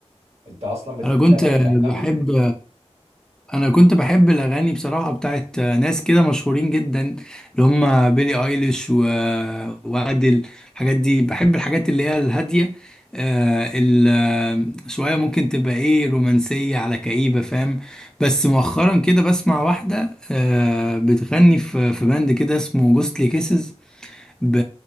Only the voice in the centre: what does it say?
انا كنت
بحب انا كنت بحب الاغاني بصراحه بتاعت ناس كده مشهورين جدا اللي هم بيلي ايليش و... وادل الحاجات دي بحب الحاجات اللي هي الهاديه آه ال... آه، شويه ممكن تبقى ايه رومانسيه على كئيبه فاهم بس مؤخرا كده بسمع واحده آه بتغني في في باند كده اسمه جوستلي كيسز ب...